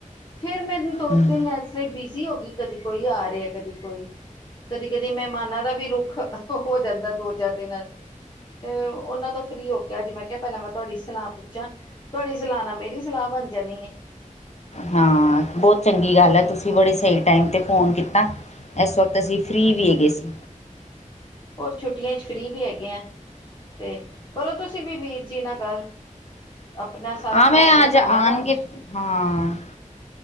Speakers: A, on the left (about 30°); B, on the left (about 55°).
A: ਫੇਰ ਮੈਨੂੰ ਤੋ
B: ਹਮ
A: ਤਿੰਨ ਆਸੇ ਬਿਜ਼ੀ ਹੋ ਗੀ। ਕਦੀ ਕੋਈ ਆ ਰਿਐ, ਕਦੀ ਕੋਈ। ਕਦੀ-ਕਦੀ ਮੈਹਮਾਨਾਂ ਦਾ ਵੀ ਰੁੱਖ ਹੋ ਜਾਂਦਾ ਦੋ-ਚਾਰ ਦਿਨ ਆਸਤੇ ਤੇ ਓਨਾਂ ਤੋਂ ਫ੍ਰੀ ਹੋ ਕੇ ਅੱਜ ਮੈਂ ਕਿਆ ਪੈਲਾਂ ਮੈਂ ਤੁਆਡੀ ਸਲਾ ਪੁੱਛਾਂ। ਤੁਆਡੀ ਸਲਾ ਨਾਲ ਮੇਰੀ ਸਲਾ ਬਨ ਜਾਨੀ ਏ।
B: ਹਾਂ, ਬੋਤ ਚੰਗੀ ਗੱਲ ਐ ਤੁਸੀ ਬੜੇ ਸਈ ਟਾਈਮ ਤੇ ਫੋਨ ਕੀਤਾ। ਇਸ ਵਕਤ ਅਸੀਂ ਫ੍ਰਰੀ ਵੀ ਹੈਗੇ ਸੀ
A: ਹੋਰ ਛੁੱਟੀਆਂ 'ਚ ਫ੍ਰੀ ਵੀ ਹੈਗੇ ਆਂ। ਤੇ ਕਰੋ ਤੁਸੀ ਵੀ ਵੀਰ ਜੀ ਨਾਲ ਗੱਲ। ਆਪਣਾ ਥਾਰਾ
B: ਹਾਂ
A: ਪਲੈਨ
B: ਮੈਂ
A: ਬਤਾਣਾ
B: ਅੱਜ ਆਉਣਗੇ
A: ਨਾ ਅੱਜ।
B: ਹਾਂ,